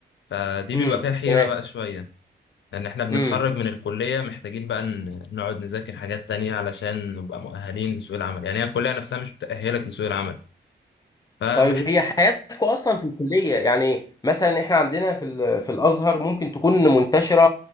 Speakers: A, on the left (about 80°); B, on the left (about 20°).
A: فدي
B: امم
A: بيبقى فيها حيره
B: تمام
A: بقى شويه لان احنا بنتخرج
B: امم
A: من الكليه محتاجين بقى ن- نقعد نذاكر حاجات تانية علشان نبقى مؤهلين لسوق العمل يعني هي الكليه نفسها مش بتأهلك لسوق العمل فمحت
B: طيب هي حياتكم اصلا في الكليه يعني مثلا احنا عندنا في ال- في الازهر ممكن تكون منتشره